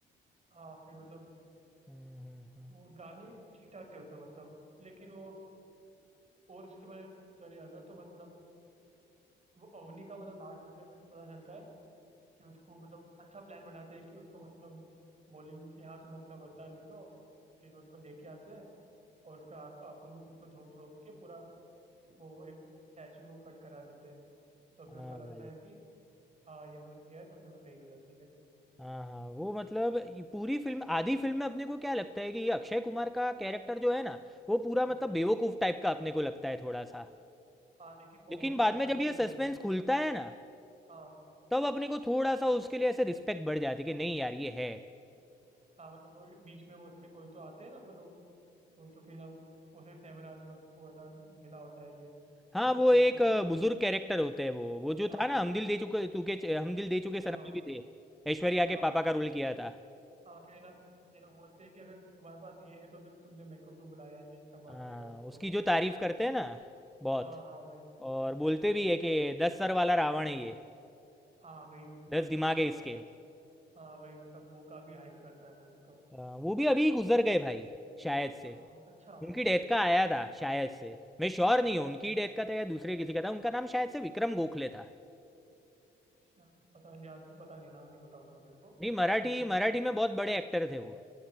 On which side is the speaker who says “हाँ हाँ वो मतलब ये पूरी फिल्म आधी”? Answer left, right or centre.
Centre